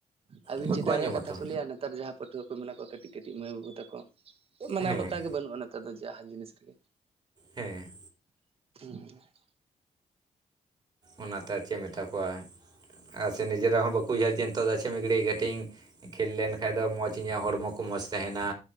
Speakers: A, on the right (about 50°); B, on the right (about 35°).
A: ᱟᱹᱵᱤᱱ
B: ᱵᱟᱠᱚ
A: ᱪᱮᱛᱟᱱ
B: ᱟᱸᱡᱚᱢᱟ
A: ᱨᱮᱜᱮ ᱠᱟᱛᱷᱟ
B: ᱛᱚ
A: ᱠᱚ ᱞᱟᱹᱭᱟ ᱱᱮᱛᱟᱨ ᱡᱟᱦᱟᱸ ᱯᱟᱹᱴᱷᱩᱣᱟᱹ ᱠᱚ ᱢᱮᱱᱟᱜ ᱠᱚᱣᱟ ᱠᱟᱹᱴᱤᱡ ᱠᱟᱹᱴᱤᱡ ᱢᱟᱹᱭ ᱵᱟᱹᱵᱩ ᱛᱟᱠᱚ ᱢᱟᱱᱟᱣ
B: ᱦᱮᱸ
A: ᱵᱟᱛᱟᱣ ᱜᱮ ᱵᱟᱹᱱᱩᱜᱼᱟ ᱱᱮᱛᱟᱨ ᱫᱚ ᱡᱟᱦᱟᱱ ᱡᱤᱱᱤᱥ ᱨᱮᱜᱮ᱾
B: ᱦᱮᱸ᱾
A: <unintelligible>
B: ᱚᱱᱟᱛᱮ ᱟᱨ ᱪᱮᱫ ᱢᱮᱛᱟ ᱠᱚᱣᱟ ᱟᱨ ᱥᱮ ᱱᱤᱡᱮᱨᱟᱜ ᱦᱚᱸ ᱵᱟᱠᱚ ᱩᱭᱦᱟᱹᱨ ᱡᱮ ᱱᱤᱛᱚᱜ ᱫᱚ ᱟᱪᱷᱮ ᱢᱤᱫ‌ ᱜᱷᱟᱹᱲᱤ ᱠᱟᱹᱴᱤᱡ ᱤᱧ᱾ ᱠᱷᱮᱞ ᱞᱮᱱ ᱠᱷᱟᱱ ᱫᱚ ᱢᱚᱡᱽ ᱤᱧᱟᱹᱜ ᱦᱚᱲᱢᱚ ᱠᱚ ᱢᱚᱡᱽ ᱛᱟᱦᱮᱱᱟ